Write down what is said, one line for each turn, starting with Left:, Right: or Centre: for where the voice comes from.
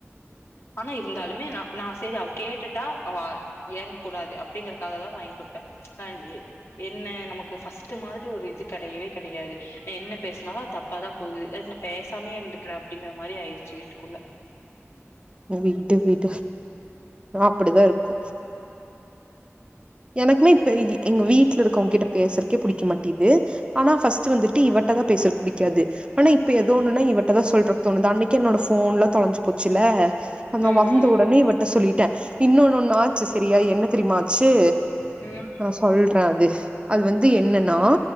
Left: ஆனா இருந்தாலுமே நா நா செரி அவ கேட்டுட்டா அவ ஏங்க கூடாது அ ப்டிங்கறக்காகதா வாங்கி குடுப்பே. நா எ என்ன நமக்கு ஃபர்ஸ்ட்டு மாரி ஒரு இது கெடையவே கெடையாது நா என்ன பேசுனாலு அது தப்பாதா போகுது அதுக்கு நா பேசாமயே இருந்துக்கலா அப்டிங்கிற மாரி ஆயிருச்சு வீட்டுக்குள்ள
Right: ஆ விடு விடு ஆ அப்பிடிதா இருக்கு எனக்குமே இப்ப எ எங்க வீட்ல இருக்கவங்க கிட்ட பேசறக்கே புடிக்க மாட்டிது ஆனா ஃபர்ஸ்ட் வந்துட்டு இவட்டதா பேசுறக்கு புடிக்காது ஆனா இ ப்ப எதோ ஒன்னுனா இவட்டதா சொல்றதுக்கு தோணுது அன்னைக் கி என்னோட ஃபோன்லா தொலஞ்சு போச்சுல்ல அது நா
Left: ம்
Right: வந்த உடனே இவட்ட சொல்லி ட இன்னொன்னொன் ஆச்சு சரியா என்ன தெரியுமாச்சு
Left: ம் ம்
Right: நா சொல்ற அது அது வந்து என்னனா